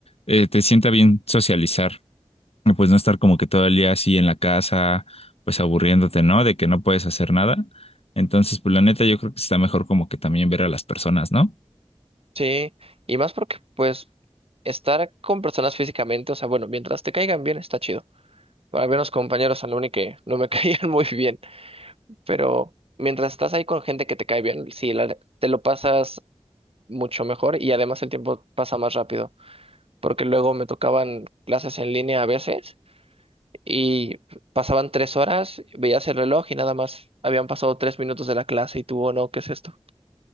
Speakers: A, on the left; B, on the right.
A: eh, te sienta bien socializar. y pues no estar como que todo el día así en la casa, pues aburriéndote, ¿no? De que no puedes hacer nada. Entonces, pues la neta, yo creo que está mejor como que también ver a las personas, ¿no?
B: Sí, y más porque pues estar con personas físicamente, o sea, bueno, mientras te caigan bien está chido. Para ver los compañeros al uni que no me <laughs> caían muy bien, pero mientras estás ahí con gente que te cae bien, sí, la- te lo pasas mucho mejor y además el tiempo pasa más rápido, porque luego me tocaban clases en línea a veces y pasaban tres horas, veías el reloj y nada más habían pasado tres minutos de la clase y tú, oh no, ¿qué es esto?